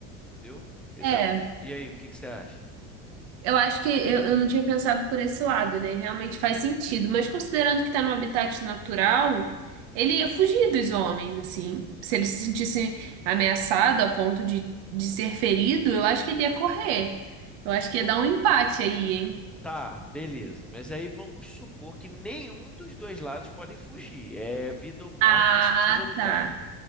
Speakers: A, in the centre; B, on the right (about 50°).
A: Entendeu? Eles
B: É,
A: argu- E aí, o que que você acha?
B: eu acho que eu, eu não tinha pensado por esse lado, né? Realmente faz sentido, mas considerando que tá num habitat natural, ele ia fugir dos homens, assim. Se ele se sentisse ameaçado a ponto de, de ser ferido, eu acho que ele ia correr. Eu acho que ia dar um empate aí, hein?
A: Tá, beleza. Mas aí vamos supor que nenhum dos dois lados podem fugir. É vida ou morte,
B: Ah,
A: você precisa lutar.
B: tá.